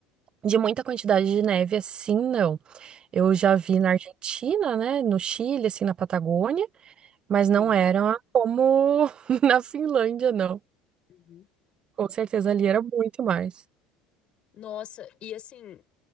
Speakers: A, on the right (about 40°); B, on the left (about 50°).
A: de muita quantidade de neve, assim, não. Eu já vi na Argentina, né, no Chile, assim, na Patagônia, mas
B: Sim.
A: não era como <laughs> na Finlândia, não.
B: Uhum.
A: Com certeza ali era muito mais.
B: Nossa, e assim,